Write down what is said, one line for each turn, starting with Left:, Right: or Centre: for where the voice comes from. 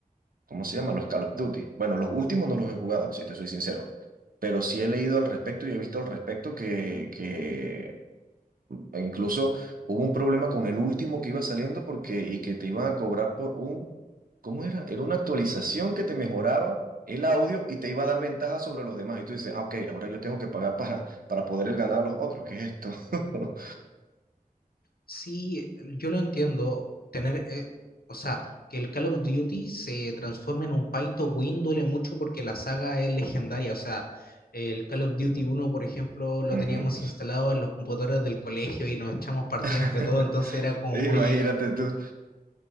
Right: ¿cómo se llama? Los Call of Duty. Bueno, los últimos no los he jugado, si te soy sincero. Pero sí he leído al respecto y he visto al respecto que, que e incluso hubo un problema con el último que iba saliendo porque y que te iban a cobrar por un, ¿cómo era? Era una actualización que te mejoraba el audio y te iba a dar ventaja sobre los demás. Y tú dices, ah, ok, ahora yo tengo que pagar para, para poder ganar a los otros. ¿Qué es esto? <laughs>
Left: Sí, yo lo entiendo. Tener, eh, o sea, que el Call of Duty se transforme en un pay to win duele mucho porque la saga es legendaria. O sea, el Call of Duty uno por ejemplo, lo
Right: Ujú.
Left: teníamos instalado en los computadores del colegio y nos echamos partidas
Right: <laughs>
Left: entre todos, entonces era como
Right: Imagínate
Left: muy
Right: tú.